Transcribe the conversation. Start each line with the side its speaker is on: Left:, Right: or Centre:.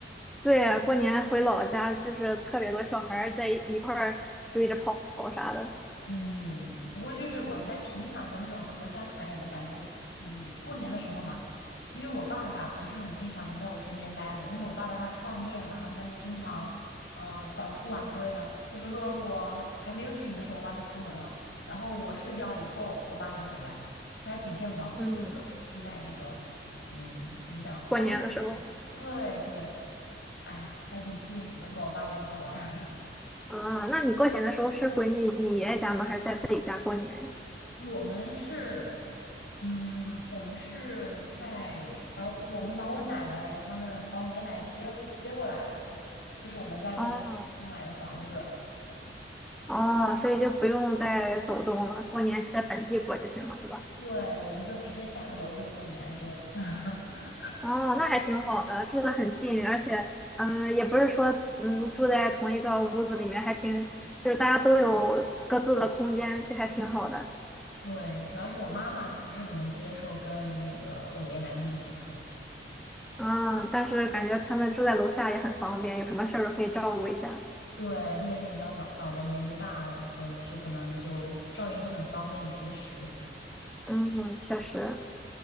Centre: 对，过年回老家就是特别多小孩儿在一一块儿追着跑啥的。
Left: 嗯，不过就是我还挺享受那种合家团圆的感觉。我嗯，过年的时候嘛，因为我爸爸不是很经常能在我身边待着，因为我爸爸他创业嘛，然后他就经常呃早出晚归的。就比如说我还没有醒的时候，我爸就出门了，然后我睡觉以后，我爸才回来，就还挺见不到，所以我就特别期待那个嗯，
Centre: 嗯，
Left: 怎么讲过年。
Centre: 过年的时候。
Left: 对对，哎，还挺幸福的，跟我爸在一块儿玩儿。
Centre: 啊，那你过年的时候是回你你爷爷家吗？还是在自己家过年呀？
Left: <laughs> 我们是，嗯，我们是在把我们把我奶奶他们把我爷爷奶奶接接过来了，就是我们在这边买的房子。
Centre: 哦哦，所以就不用再走动了，过年就在本地过就行了，是吧？
Left: 对，我们就直接下个楼就过年就，<laughs>
Centre: 哦，那还挺好的，住得很近，而且嗯，也不是说嗯住在同一个屋子里面，还挺就是大家都有各自的空间，就还挺好的。
Left: 对，主要是我妈妈不是很能接受跟那个我爷爷奶奶他们一起住。
Centre: 嗯，但是感觉他们住在楼下也很方便，有什么事儿都可以照顾一下。
Left: 对，特别是你知道老老人年纪大了，就就可能就照应就很方便很及时。
Centre: 嗯，确实。